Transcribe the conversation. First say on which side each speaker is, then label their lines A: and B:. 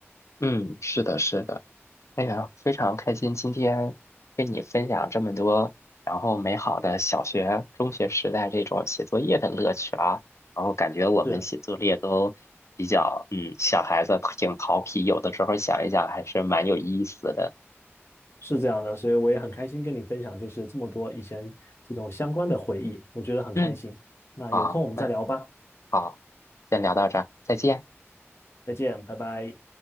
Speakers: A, on the left (about 75°); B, on the left (about 60°).
A: 嗯，是的，是的。哎呀，非常开心今天跟你分享这么多，然后美好的小学、中学时代这种写作业的乐趣啊。然后感觉我们写作业都比较，
B: 是
A: 嗯，小孩子挺调皮，有的时候想一想还是蛮有意思的。
B: 是这样的，所以我也很开心跟你分享，就是这么多以前这种相关的回忆，我觉得很开心。
A: 嗯，
B: 那有空我们再聊吧，
A: 好，那好，先聊到这儿，再见。
B: 再见，拜拜。